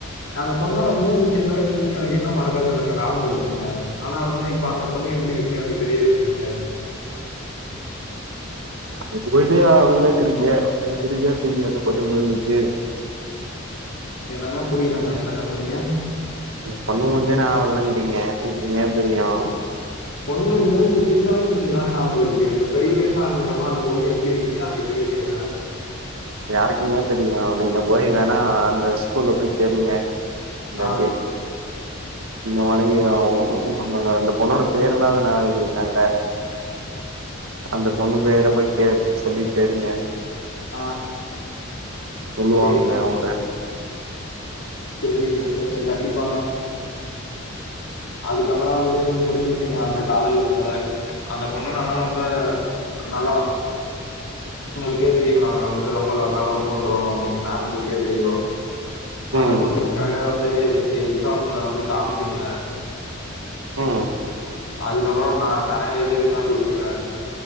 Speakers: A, on the left (about 80°); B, on the right (about 80°).
A: அந்த பொண்ணோட மூஞ்சு சின்ன வயசு மூஞ்சி எனக்கு இன்னோ மறக்கவே இல்லங்க நாபகோ இருக்குங்க ஆனா வந்து இப்ப அந்த பொண்ணு எப்டி இருக்குனு எனக்கு தெரியவே இல்லைங்க
B: அ அத போய்ட்டு ஆவலாக்கிரீங்க அதப்புடிங்க தெரியாத போய்டு ஒங்களுக்கு
A: என்னங்க புரிலங்க என்னங்க சொன்னீங்க
B: பொண்ணு முஞ்சே நாவ இல்லங்கிறிங்க எப்டிங்க தெரியு
A: பொண்ணு மூஞ்சி சின்ன வயசுல இந்து தாங்க நாபகோ இருக்கு இப்ப பெரிய வயசு ஆனதுக்கு அப்றோ அந்த பொண்ணு எப்டி இருக்குன்னு எனக்கு தெரியலையேங்க
B: யாருக்குங்க தெரியு நீங்க போய் வேணா அந்த ஸ்கூல்ல போய் கேளுங்க இந்தாட்டி
A: ஆ,
B: நீங்க வணங்கி தா ஆகணு <unintelligible> பொண்ணோட பேருன்னாது <unintelligible> இருக்காங்க அந்த பொண்ண பேர போய் கே சொல்லி தேடுங்க
A: ஆ
B: சொல்லுவாங்க
A: சரிங்க.
B: அவுங்க
A: சேரிங்க சேரிங்க கண்டிப்பாங்க அதுக்கப்பறோ வந்து முடிஞ்சுருச்சுங்க அந்த காதல் கத அந்த பொண்ணு நானு ரொம்ப நல்லா உங்களுக்கே தெரியு நாங்க வந்து ரொம்ப நாளா லவ் பண்றோ அப்டின் மேம்களுக்கே தெரியு
B: ம்
A: அந்த பொண்ணுகாக வந்து எ எக்ஸாம்ல வந்து காமிக்குங்க
B: ம்
A: அதுக்கப்றோ ந நெறையா எழுதில்லா குடுக்குங்க